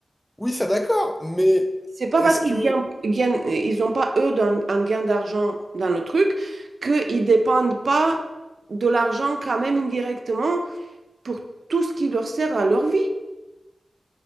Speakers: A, in the centre; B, on the right.
A: Oui, ça d'accord, mais
B: C'est pas
A: est-ce
B: parce qu'ils
A: que...
B: gagnent, gagnent- ils ont pas eux d'un- un, gain d'argent dans le truc qu'ils dépendent pas de l'argent quand même indirectement pour tout ce qui leur sert à leur vie.